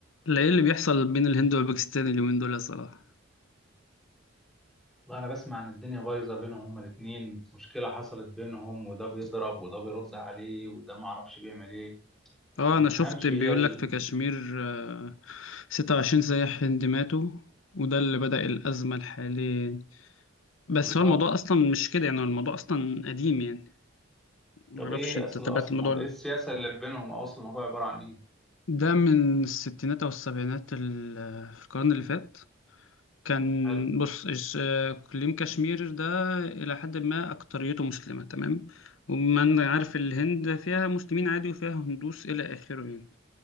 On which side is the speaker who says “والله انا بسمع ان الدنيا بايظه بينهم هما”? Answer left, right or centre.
Centre